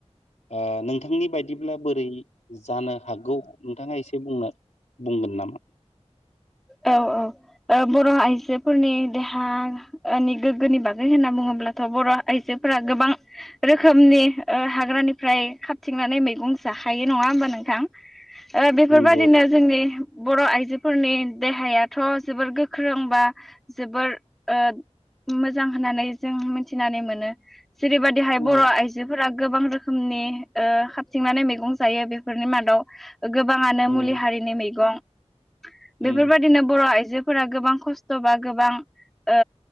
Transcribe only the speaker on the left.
ओ नोंथांनि बायदिब्ला बोरै जानो हागौ नोंथाङा एसे बुंनो बुंगोन नामा?
नंगौ
उम
उम
उम